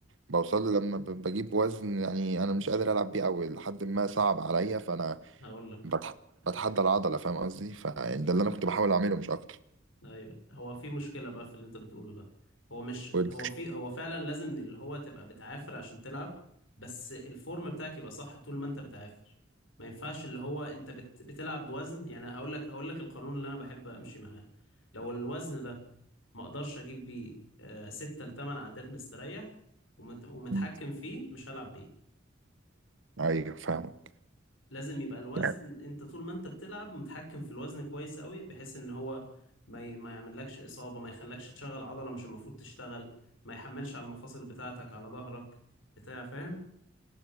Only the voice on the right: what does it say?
بوصل له لما ب- بجيب وزن يعني انا مش قادر العب بيه او لحد ما صعب عليا فانا
بتح- بتحدى العضله فاهم قصدي فده اللي انا كنت بحاول اعمله مش اكتر
قول
لي.
ايوه فاهم
يعني